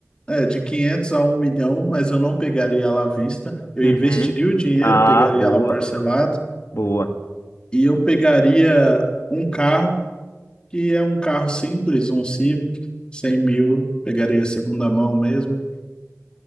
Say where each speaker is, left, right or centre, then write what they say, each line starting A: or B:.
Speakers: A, on the left; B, on the left.
A: é, de 500 a um milhão, mas eu não pegaria ela à vista. Eu
B: Uhum.
A: investiria o dinheiro,
B: Ah,
A: pegaria
B: boa,
A: ela parcelado
B: boa.
A: e eu pegaria um carro, que é um carro simples, um Civic, 100 mil, pegaria segunda mão mesmo.